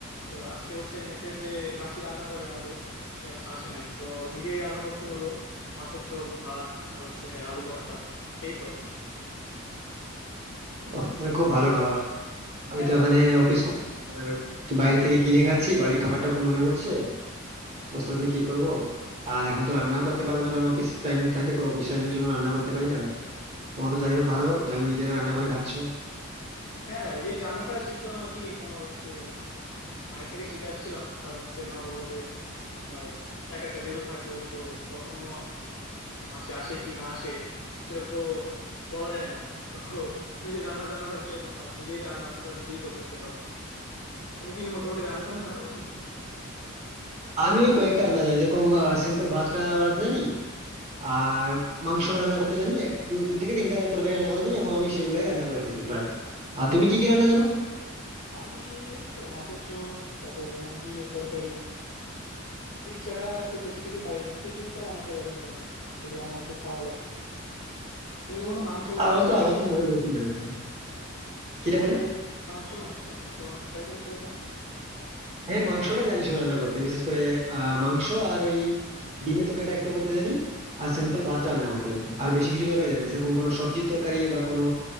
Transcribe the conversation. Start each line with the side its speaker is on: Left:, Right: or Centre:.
Left: তো আজকে হচ্ছে মেসের যে মাসি রান্না করে আমাদের সে হচ্ছে আসে নাই তো নিজেই রান্না করতে হলো মাছের ঝোল ভাত আর হচ্ছে আলু ভর্তা এই তো
Right: ওহ, এটা খুব ভালো খাবার আমি
Left: হ্যাঁ
Right: তো এখানে অফিস করছি আর কি বাইরে থেকে কিনে খাচ্ছি বাড়ির খাবারটা খুব মনে পড়ছে বুঝতে পারছি না কি করবো আর এখন তো রান্না করতে পারবো না কারণ অফিস টাইম থাকে তো অফিস টাইমের জন্য রান্না করতে পারি না তোমার তো যাই হোক ভালো যাই হোক নিজেরা রান্না করে খাচ্ছো
Left: হ্যাঁ এই রান্নাটা শিখলাম আর কি তোমার হচ্ছে মায়ের থেকে শিখে আসছিলাম কারণ হচ্ছে মা বললো যে তোমার একা একা যেহেতু থাকবো তো কখনো মাসি আসে কি না আসে সেটা তো বলা যায় না তো নিজে রান্না জানা থাকলে তোমার নিজেই রান্নাটা নিজেই করে নিতে পারবে তুমি কি মোটামুটি রান্না টান্না জানো বন্ধু
Right: আমি ওই কয়েকটা রান্না জানি যেরকম সিম্পল ভাতটা বানাতে জানি আর মাংসটা রান্না করতে জানি এক দু দু থেকে তিনটা তরকারি রান্না করতে জানি এবং আমি সেগুলাই রান্না করে থাকি প্রায় আর তুমি কি কি রান্না জানো
Left: আমি ওই তো মাছের ঝোল তারপর তোমার ডিমের তরকারি এই ছাড়া খুব বেশি কিছু পারি না খিচুড়িটা বানাতে পারি মোটামুটি খিচুড়ি আমার খুব ভালো লাগে তুমি কখনো মাংস
Right: তাহলে
Left: বানানোর
Right: তো
Left: ট্রাই
Right: আমার
Left: করেছো
Right: থেকে অনেক বেশি জানতো কিটা বলে
Left: মাংস মাংস মাংস বানানোর ট্রাই করেছো কখনো
Right: হ্যাঁ মাংসটাই জানি শুধু রান্না করতে বিশেষ করে আহ মাংস আর ওই ডিমের তরকারিটা একটু করতে জানি আর সিম্পল ভাতটা রান্না করতে জানি আর বেশি কিছু তরকারি জানি না। সেরকম কোনো সবজির তরকারি বা কোনো